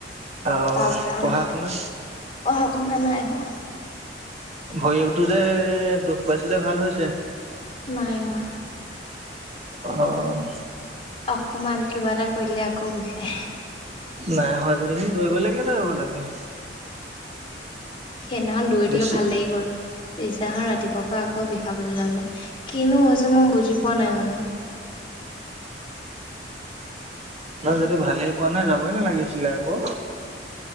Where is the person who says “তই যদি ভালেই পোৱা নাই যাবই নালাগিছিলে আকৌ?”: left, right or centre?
Right